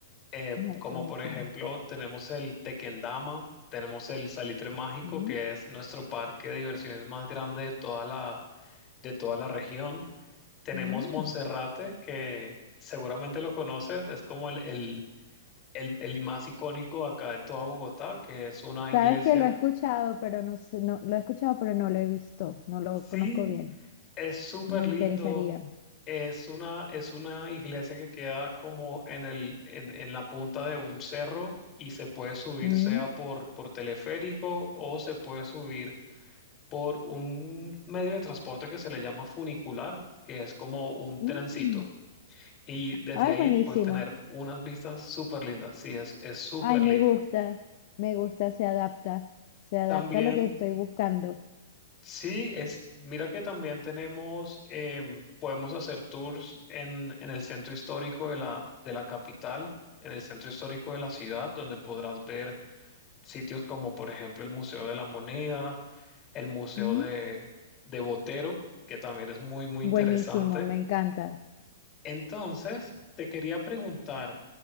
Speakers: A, on the left; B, on the left.
A: eh,
B: Ay,
A: como
B: buenísimo.
A: por ejemplo, tenemos el Tequendama, tenemos el Salitre Mágico,
B: Mm,
A: que es nuestro parque de diversiones más grande de toda la, de toda la región. Tenemos
B: mm.
A: Monserrate, que seguramente lo conoces, es como el, el el, el más icónico acá de toda Bogotá, que es una iglesia.
B: Sabes que lo he escuchado, pero no sé, no, lo he escuchado, pero no lo he visto, no lo
A: Sí,
B: conozco bien.
A: es súper
B: Me interesaría.
A: lindo. Es una, es una iglesia que queda como en el, en, en la punta de un cerro y se puede subir
B: Mm,
A: sea por, por teleférico o se puede subir por un medio de transporte que se le llama funicular, que es como un
B: mm.
A: trencito. Y desde
B: Ay,
A: ahí
B: buenísimo.
A: puedes tener unas vistas súper lindas. Sí, es, es súper
B: Ay, me
A: lindo.
B: gusta, me gusta, se adapta, se adapta
A: También
B: a lo que estoy buscando.
A: Sí, es, mira que también tenemos, em, podemos hacer tours en, en el centro histórico de la, de la capital, en el centro histórico de la ciudad, donde podrás ver sitios como, por ejemplo, el Museo de la Moneda, el Museo
B: Mm,
A: de, de Botero, que también es muy, muy
B: Buenísimo,
A: interesante.
B: me encanta.
A: Entonces, te quería preguntar,